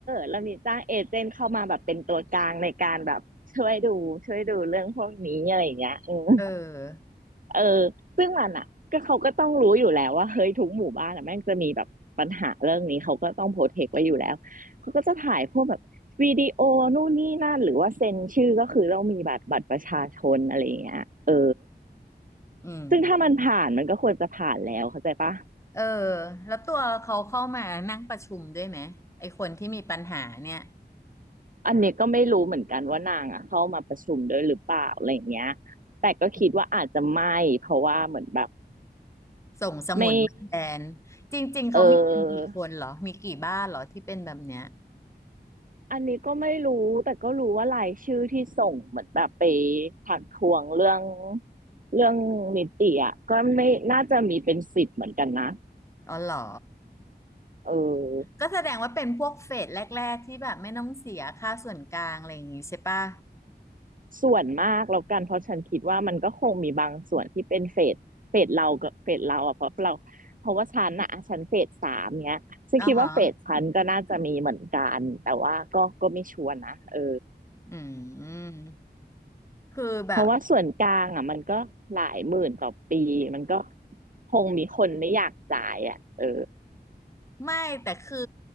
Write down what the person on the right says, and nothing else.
เรามีจ้างเอเจนต์เข้ามาแบบเป็นตัวกลางในการแบบช่วยดูช่วยดูเรื่องพวกนี้อะไรอย่างเงี้ยอืม
เออซึ่งมันอ่ะก็เขาก็ต้องรู้อยู่แล้วว่าเฮ้ยทุกหมู่บ้านอ่ะแม่งจะมีแบบปัญหาเรื่องนี้เขาก็ต้องโปรเทคไว้อยู่แล้วเขาก็จะถ่ายพวกแบบวิดีโอนู่นนี่นั่นหรือว่าเซ็นชื่อก็คือเรามีบัตรบัตรประชาชนอะไรอย่างเงี้ยเออ
ซึ่งถ้ามันผ่านมันก็ควรจะผ่านแล้วเข้าใจปะ
อันนี้ก็ไม่รู้เหมือนกันว่านางอ่ะเข้ามาประชุมด้วยหรือเปล่าอะไรอย่างเงี้ยแต่ก็คิดว่าอาจจะไม่เพราะว่าเหมือนแบบ
ไม่
เออ อันนี้ก็ไม่รู้แต่ก็รู้ว่ารายชื่อที่ส่งเหมือนแบบไปถักทวงเรื่องเรื่องนิติอ่ะก็ไม่น่าจะมีเป็นสิบเหมือนกันนะ
เออ
ส่วนมากแล้วกันเพราะฉันคิดว่ามันก็คงมีบางส่วนที่เป็นเฟสเฟสเรากับเฟสเราอ่ะเพราะเราเพราะว่าฉันอ่ะฉันเฟสสามเนี้ยฉันคิดว่าเฟสฉันก็น่าจะมีเหมือนกันแต่ว่าก็ก็ไม่ชัวร์นะเออ
เพราะว่าส่วนกลางอ่ะมันก็หลายหมื่นต่อปีมันก็คงมีคนไม่อยากจ่ายอ่ะเออ